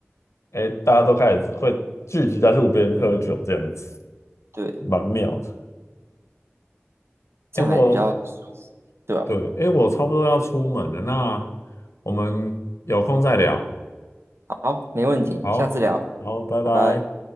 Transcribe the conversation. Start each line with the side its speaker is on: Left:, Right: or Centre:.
Left: 哎，大家都开始会聚集在路边喝酒这样子，
Right: 对，
Left: 蛮妙的。
Right: 这样还比较舒服，
Left: 哎，我
Right: 对吧？
Left: 对，哎，我差不多要出门了，那我们有空再聊。
Right: 好，没问题，
Left: 好，
Right: 下次聊，
Left: 好，拜拜。
Right: 拜拜。